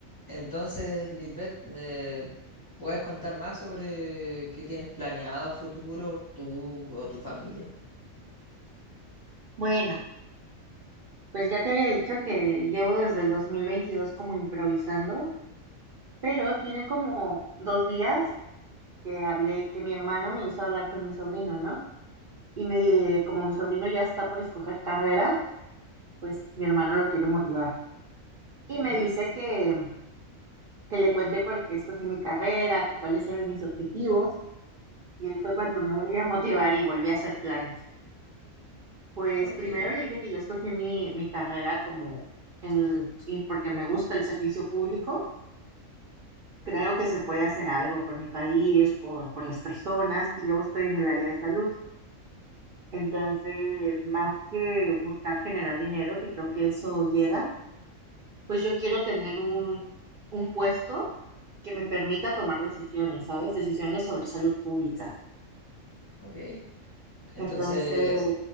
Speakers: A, on the left; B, on the right.
A: Entonces, Lisbeth, ¿me puedes contar más sobre qué tienes planeado a futuro tú o tu familia?
B: Bueno, pues ya te había dicho que llevo desde el 2022 como improvisando, pero tiene como dos días que hablé, que mi hermano me hizo hablar con mi sobrino, ¿no? Y me, como mi sobrino ya está por escoger carrera, pues mi hermano lo quiere motivar. Y
A: Ok,
B: me dice que, que le cuente por qué escogí mi carrera, que cuáles eran mis objetivos. Y ahí fue cuando me volví a motivar y volví a hacer planes. Pues
A: ok,
B: primero le dije que yo escogí mi, mi carrera como en el- y porque me gusta el servicio público Creo que se puede hacer algo por mi país, por, por las personas, y luego estoy en el área de salud. Entonces, más que buscar generar dinero, que creo que eso llega, pues yo quiero tener un, un puesto que me permita tomar decisiones, ¿sabes? Decisiones sobre salud pública.
A: ok. Entonces,
B: Entonces,